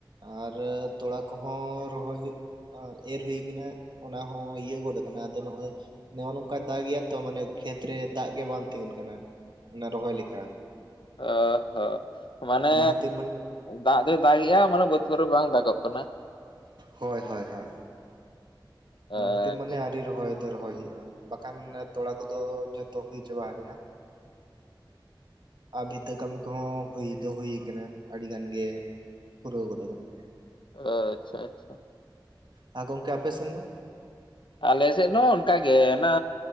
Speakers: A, on the right; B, on the left.
A: ᱟᱨ ᱛᱚᱲᱟ ᱠᱚᱦᱚᱸ ᱨᱚᱦᱚᱭ ᱦᱩᱭᱩᱜ ᱮᱨ ᱦᱩᱭ ᱠᱟᱱᱟ ᱚᱱᱟ ᱦᱚᱸ ᱤᱭᱟᱹ ᱜᱚᱫ ᱟᱠᱟᱱᱟ ᱟᱫᱚ ᱱᱚᱜᱼᱚᱭ ᱱᱚᱜᱼᱚ ᱱᱚᱝᱠᱟ ᱫᱟᱜ ᱜᱮᱭᱟ ᱛᱚ ᱢᱟᱱᱮ ᱠᱷᱮᱛᱨᱮ ᱫᱟᱜ ᱜᱮ ᱵᱟᱝ ᱛᱤᱸᱜᱩᱱ ᱠᱟᱱᱟ ᱚᱱᱟ ᱨᱚᱦᱚᱭ ᱞᱮᱠᱟ᱾
B: ᱚ ᱦᱚᱸ ᱢᱟᱱᱮ
A: ᱚᱱᱟ ᱠᱷᱟᱹᱛᱤᱨ ᱢᱟᱱᱮ
B: ᱫᱟᱜ ᱫᱚᱭ ᱫᱟᱜᱮᱜᱼᱟ ᱢᱟᱱᱮ ᱵᱟᱹᱫᱽ ᱯᱩᱨ ᱨᱮ ᱵᱟᱝ ᱫᱟᱜᱚᱜ ᱠᱟᱱᱟ᱾
A: ᱦᱳᱭ ᱦᱳᱭ ᱦᱳᱭ ᱾
B: ᱟᱪᱪᱷᱟ
A: ᱚᱱᱟ ᱠᱷᱟᱹᱛᱤᱨ ᱢᱟᱱᱮ ᱟᱹᱣᱨᱤ ᱨᱚᱦᱚᱭ ᱫᱚ ᱨᱚᱦᱚᱭ ᱦᱩᱭᱩᱜᱼᱟ ᱵᱟᱠᱷᱟᱱ ᱛᱚᱲᱟ ᱠᱚᱫᱚ ᱡᱷᱚᱛᱚ ᱦᱩᱭ ᱪᱟᱵᱟ ᱟᱠᱟᱱᱟ᱾ ᱟᱨ ᱵᱷᱤᱛᱟᱹ ᱠᱟᱹᱢᱤ ᱠᱚᱦᱚᱸ ᱦᱩᱭ ᱫᱚ ᱦᱩᱭ ᱟᱠᱟᱱᱟ ᱟᱹᱰᱤ ᱜᱟᱱ ᱜᱮ ᱯᱩᱨᱟᱹᱣ ᱜᱚᱫ ᱟᱠᱟᱱᱟ᱾
B: ᱚ ᱟᱪᱪᱷᱟ ᱟᱪᱪᱷᱟ ᱾
A: ᱦᱸ ᱜᱚᱢᱠᱮ ᱟᱯᱮ ᱥᱮᱱ ᱫᱚ?
B: ᱟᱞᱮ ᱥᱮᱫ ᱦᱚᱸ ᱚᱱᱠᱟᱜᱮ ᱚᱱᱟ